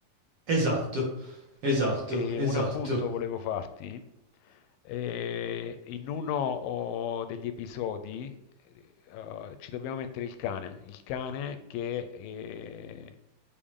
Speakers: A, on the right; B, on the left.
A: Esatto, esatto,
B: E
A: esatto.
B: un appunto volevo farti. Eh, in uno oh, degli episodi eh, eh, ci dobbiamo mettere il cane, il cane che eh,